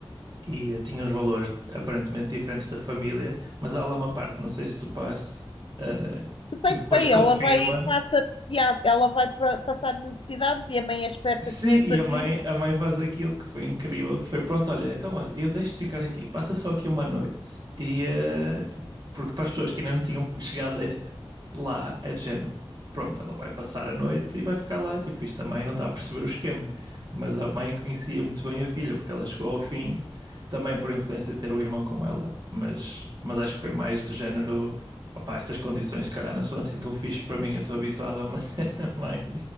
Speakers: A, on the right (about 45°); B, on the left (about 65°).
A: e eh, tinha uns valores aparentemente diferentes da família, mas há lá uma parte, não sei se tu paste, eh,
B: De peito
A: que depois
B: para aí,
A: se confirma.
B: ela vai passa, e há- ela vai pra- passar necessidades e a mãe é esperta,
A: Sim,
B: conhece
A: e
B: a
A: a
B: filha
A: mãe, a mãe faz aquilo que foi incrível, que foi pronto, olha, então olha, eu deixo-te ficar aqui, passa só aqui uma noite. E eh, porque para as pessoas que ainda não tinham chegado eh, lá, é de género, pronto, ela vai passar a noite e vai ficar lá, tipo, isto a mãe não está a perceber o esquema. Mas a mãe conhecia muito bem a filha, porque ela chegou ao fim também por influência de ter o irmão com ela, mas, mas acho que foi mais do género. Opá, estas condições, se calhar, não são assim tão fixe para mim. Eu estou habituado a uma <laughs> cena mais,